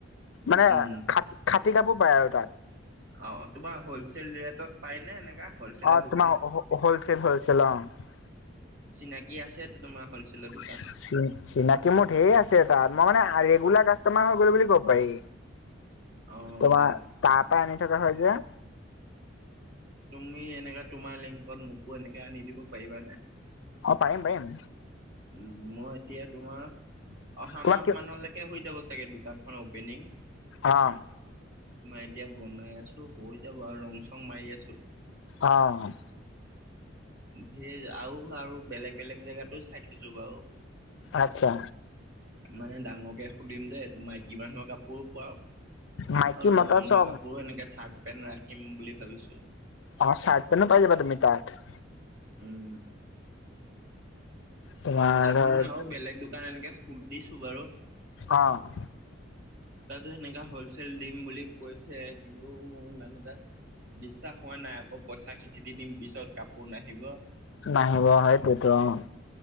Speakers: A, on the left (about 70°); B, on the right (about 65°).
A: মানে
B: উম
A: খা খাতি তি কাপোৰ পায় আৰু তাত
B: অ', তোমাৰ হ'লচেল ৰেটত পায় নে এনেকা। হলচেলৰ
A: অ'
B: দোকান
A: তোমাৰ হ'লচেল হ'লচেল অ'।
B: চিনাকি আছেতো তোমাৰ হলচেলৰ
A: চি,
B: দোকান
A: চিনাকি মোৰ ধেৰ আছে তাত। মই মানে ৰেগুলাৰ কাষ্টমাৰ হৈ গ'লো বুলি ক'ব পাৰি।
B: অ
A: তোমাৰ তাত। সদায় আনি থকা হয় যে।
B: তুমি এনেকা তোমাৰ লিংকত, মোকো এনেকে আনি দিব পাৰিবানে।
A: অ' পাৰিম পাৰিম।
B: উম্, মই এতিয়া তোমাৰ অহা
A: তোমাক
B: মাহ
A: কি
B: মানলৈকে হৈ যাব চাগে। চাগে দোকানখন অপেনিং।
A: অ'।
B: তোমাৰ এতিয়া বনাই আছো। হৈ যাব আৰু ৰং চং মাৰি আছো।
A: অ'।
B: ধেৰ আৰু। আৰু বেলেগ বেলেগ জেগাতো চাই থৈছো বাৰু।
A: আচ্ছা
B: মানে ডাঙৰকে খুলিম যেন। মাইকী মানুহৰ কাপোৰো পোৱা আৰু
A: মাইকী মতা
B: ল'ৰা মানুহৰ
A: চব
B: কাপোৰো এনেকে চাৰ্ট পেন্ট ৰাখি। ৰাখিম বুলি ভাবিছোঁ।
A: অ' চাৰ্ট পেনো পাইজাবা তুমি তাত।
B: উম্।
A: তোমাৰ
B: চাৰ্ট
A: ধৰ
B: পেন আৰু বেলেগ দোকান এনেকে সুধিছো বাৰু।
A: অ'।
B: তাতো সেনেকা হ'লচেল দিম বুলি কৈছে। কিন্তু মোৰ ইমান এটা। বিশ্বাস হোৱা নাই। আকৌ পইচা খিনি দি দিম পিছত কাপোৰ নাহিব।
A: নাহিব সেইটোয়েটো অ'।